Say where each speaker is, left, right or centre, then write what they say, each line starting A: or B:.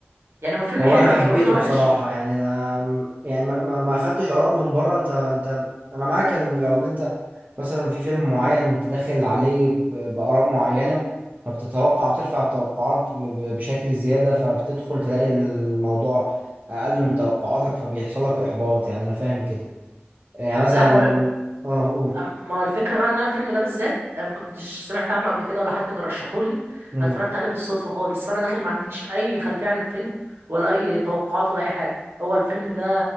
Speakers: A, on the right; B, on the right.
A: يعني هو فيلم
B: هو
A: حلو
B: انا حبيته
A: انا مش بقول ان هو
B: بصراحة
A: وحش
B: يعني انا م- يعني ما ما ما خدتش اراء من بره انت انت انا معاك ان لو انت مثلا في فيلم معين انت داخل عليه ب- باراء معينة فبتتوقع بترفع التوقعات ب- ب- بشكل زيادة فبتدخل تلاقي الموضوع اقل من توقعاتك فبيحصل لك احباط يعني انا فاهم كده يعني مثلا
A: لا ما هو
B: اه
A: أم- ما هو الفكره بقى ان انا الفيلم ده بالذات انا ما كنتش سمعت عنه قبل كده ولا حد كان رشحهولي أنا
B: قول
A: اتفرجت عليه بالصدفه خالص فانا داخل ما عنديش اي خلفيه عن الفيلم ولا اي توقعات ولا اي حاجه هو الفيلم ده